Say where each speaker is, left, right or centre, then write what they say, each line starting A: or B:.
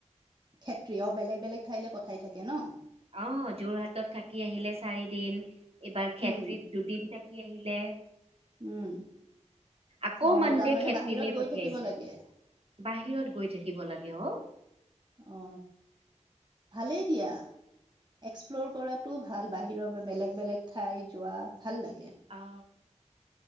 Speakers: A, on the right; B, on the right.
A: ক্ষেত্ৰিয় বেলেগ বেলেগ ঠাইলে পঠাই থাকে ন।
B: আহ যোৰহাটত থাকি আহিলে চাৰিদিন এইবাৰ খেত্ৰীত
A: উম
B: দুদিন থাকি আহিলে
A: উম
B: আকৌ
A: অ
B: মানদে
A: তাৰমানে
B: খেত্ৰিলে
A: বাহিৰত গৈ
B: পঠিয়াইছে।
A: থাকিব লাগে
B: বাহিৰত গৈ থাকিব লাগে অ
A: অ ভালেই দিয়া এক্সপ্ল'ৰ কৰাটো ভাল বাহিৰৰ বেলেগ বেলেগ ঠাই যোৱা ভাল লাগে।
B: অ